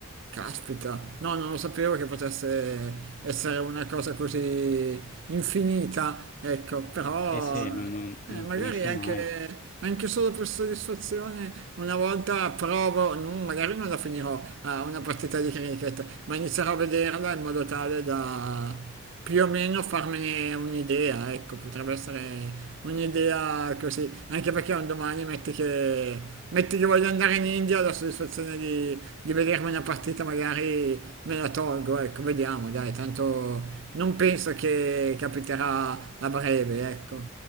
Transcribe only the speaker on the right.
Caspita, no, non lo sapevo che potesse essere una cosa così infinita, ecco, Sì, però
sì.
eh, magari
anche,
anche solo per soddisfazione una volta provo, non- magari non la finirò a una partita di cricket, ma inizierò a vederla in modo tale da più o meno farmene un'idea, ecco, potrebbe essere un'idea così, anche perché un domani metti che, metti che voglio andare in India, la soddisfazione di di vedermi una partita magari me la tolgo, ecco, vediamo, dai, tanto non penso che capiterà a breve, ecco.